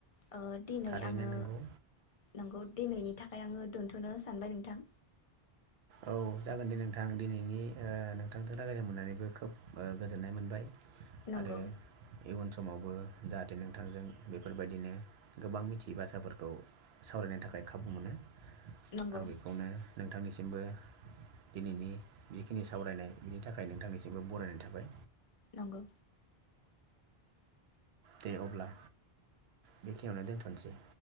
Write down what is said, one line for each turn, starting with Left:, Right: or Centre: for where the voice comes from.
Left: ओ दिनै
Right: थारैनो
Left: आङो
Right: नंगौ
Left: नोंगौ। दिनैनि थाखाय आङो दोनथ'नो सानबाय नोंथां।
Right: औ जागोन दे नोंथां दिनैनि ओ नोंथांजों रायलायनो मोननानैबो खोब गोजोननाय मोनबाय।
Left: नंगौ
Right: आरो इउन समावबो ओ जाहाथे नोंथांजों बेफोरबायदिनो गोबां मिथियै बाथ्राफोरखौ सावरायनो थाखाय खाबु मोनो।
Left: नंगौ
Right: आं बेखौनो नोंथांनि सिमबो दिनैनि जिखिनि सावरायनाय बिनि थाखाय नोंथांनिसिमबो बरायनाय थाबाय।
Left: नंगौ
Right: दे अब्ला बेखिनियावनो दोनथ'नोसै।